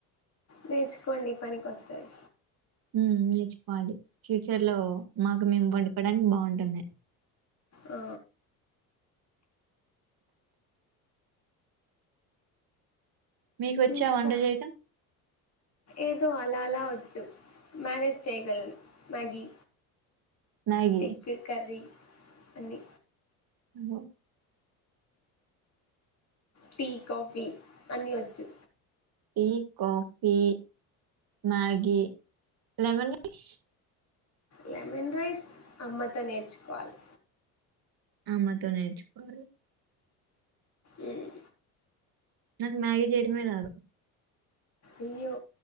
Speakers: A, on the left; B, on the right.
A: నేర్చుకోండి పనికి వస్తాయి
B: మ్ నేర్చుకోవాలి చీట్ ఫ్యచర్ లో మాకు మేము వండుకోడానికి బావుంటుంది
A: ఆ,
B: మీకు వచ్చా
A: ఇంకా
B: వంట చేయటం
A: ఏదో అలా అలా వచ్చు మేనేజ్ చేయగలను మ్యాగీ
B: మ్యాగీ
A: ఎగ్ కర్రీ అన్నీ
B: మ్మ్ ఆ
A: టీ కాఫీ అన్నిీ వచ్చు
B: tea coffee Maggi lemon rice
A: lemon rice అమ్మతో నేర్చుకోవాలి
B: అమ్మతో నేర్చుకోవాలి
A: మ్మ్.
B: నాకు మ్యాగీ చేయటమే రాదు
A: అయ్యో